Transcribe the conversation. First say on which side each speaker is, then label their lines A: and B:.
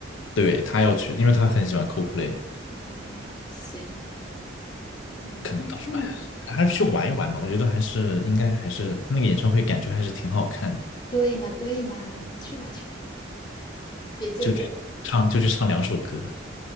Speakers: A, on the left; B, on the left.
A: 对，他要去，因为他很喜欢 c o l p l a y
B: 啊，行，嗯，
A: 可能到时候哎，
B: 那看嘛，
A: 还是去玩一玩吧。我觉得还是应该还是他那个演唱会感觉还是挺好看的，
B: 对嘛，对嘛，去吧，去吧，别纠结了。
A: 就去唱就去唱两首歌。